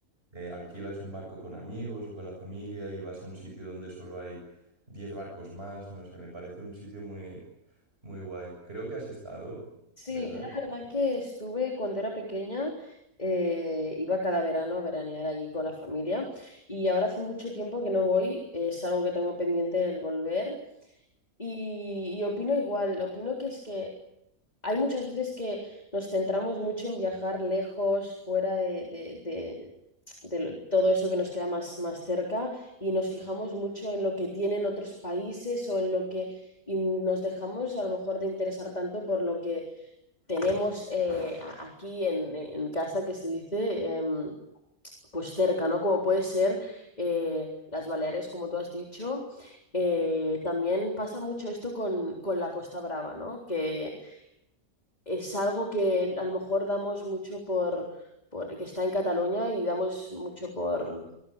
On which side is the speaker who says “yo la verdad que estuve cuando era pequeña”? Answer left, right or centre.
Left